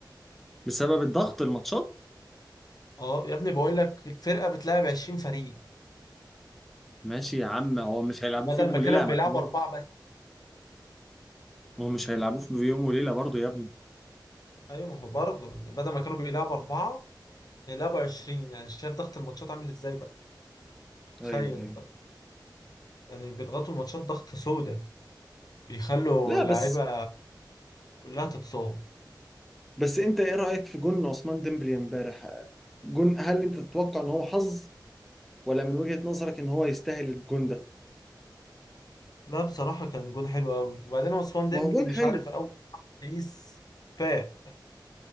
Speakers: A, in the centre; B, on the left (about 55°).
A: بسبب الضغط الماتشات
B: أه يا ابني بقول لك الفرقة بتلعب 20 فريق
A: ماشي يا عم هو مش هيلعبوه
B: بدل
A: في يوم
B: ما
A: وليله
B: كانوا
A: يا محمود
B: بيلعبوا أربعة بس
A: ما هو مش هيلعبوه في يوم وليله برضه يا ابني
B: أيوه ما هو برضه يعني بدل ما كانوا بيلعبوا أربعة بيلعبوا 20 يعني شايف ضغط الماتشات عامل إزاي بقى
A: ايوه
B: تخيل
A: ايوه
B: بقى يعني بيضغطوا الماتشات ضغطة سودة بيخلوا
A: لا
B: اللعيبة
A: بس
B: كلها تتصاب
A: بس انت ايه رايك في جون عثمان ديمبلي امبارح جون هل انت تتوقع ان هو حظ ولا من وجهه نظرك ان هو يستاهل الجون ده
B: لا بصراحة كان جون حلو قوي وبعدين عثمان ديمبلي
A: ما هو جون
B: مش
A: حلو
B: عارف أول بيس فاق